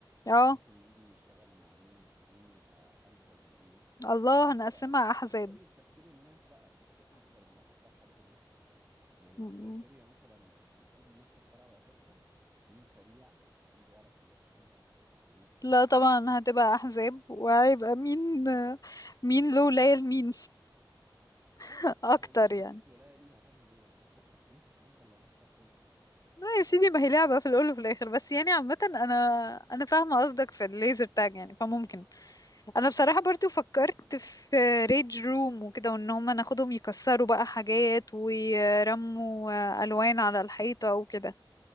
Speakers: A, on the left; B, on the right.
A: اه
B: ويشوفوا مين يشتغل مع مين او مين يبقى انسب لايه
A: الله
B: ويشوفوا
A: هنقسمها
B: بقى
A: أحزاب
B: شوف طريقه تفكير الناس بقى الناس بتفكر انها تختار حد ليه يعني
A: مم.
B: الكريتيريا مثلا المفروض الناس تختار على اساسها مين سريع مين بيعرف ينشن مين صحته
A: لا
B: كويسه
A: طبعا هتبقى أحزاب وهيبقى مين مين له ليال مين
B: اه
A: <laughs>
B: بس
A: أكتر
B: ما هو ماشي
A: يعني
B: ليك ولايه ليه هتعمل ايه يعني هتروح تحميه ما انت اللي هتخسر بوينتس
A: لا يا سيدي ما هي لعبة في الأول وفي الآخر بس يعني عامة أنا أنا فاهمة قصدك في الليزر تاج يعني فممكن أنا بصراحة برضو فكرت في ريج روم وكده وإن هما ناخدهم يكسروا بقى حاجات ويرموا
B: مم.
A: ألوان على الحيطة وكده